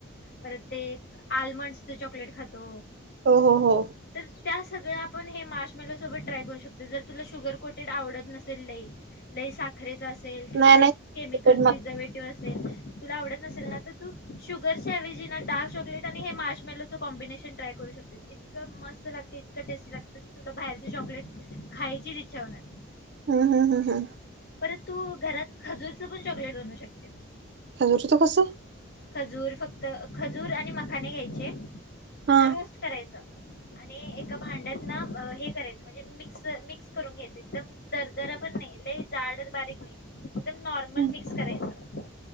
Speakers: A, on the left (about 50°); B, on the right (about 55°).
A: परत ते आल्मंडसच चॉकलेट खातो.
B: हो हो हो
A: तर त्या सगळं आपण हे मा्मेलासोबत ट्राय करू शकतो जर तुला शुगर कोटेड आवडत नसेल लई लई सा खरेचा किंवाईक
B: नाही नाही
A: केमिकल प्रिझर्वेटिव्ह
B: मला
A: अस तुला आवडत नसेल ना तर तू शुगरच्या ऐवजी ना डार्क चॉकलेट आणि हे मा्मेलोचं कॉम्बिनेशन ट्राय करू शकते, इतकं मस्त लागते, इतक टेस्टी लागत की तुला बाहेरचे चॉकलेट खायचीच इच्छा होणार
B: हम् हम हम् हम्.
A: परंत तू घरात खजूरचं पण चॉकलेट बनवू शकतेस.
B: काजोततो कसं?
A: खजूर फक्त खजूर आणि मखाने घ्यायचे त्यांना
B: हा
A: रोस्ट करायचं. आणि एका भांड्यात ना हे करायचं म्हणजे मिक्स मिक्स करून घ्यायचं एकदम दर दराबर नाही ल झाड तर बारीक नाही. एकदम नॉर्मल
B: हम्म
A: मिक्स करायचं.